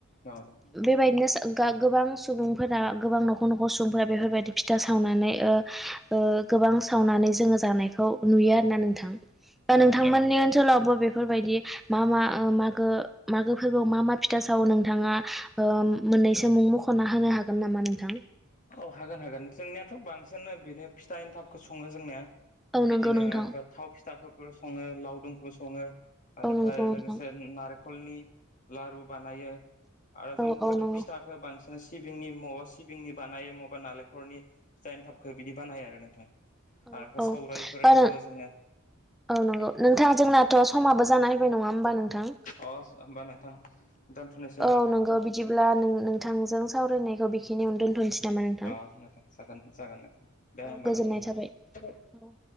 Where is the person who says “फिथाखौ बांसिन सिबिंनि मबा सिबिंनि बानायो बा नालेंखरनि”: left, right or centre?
Left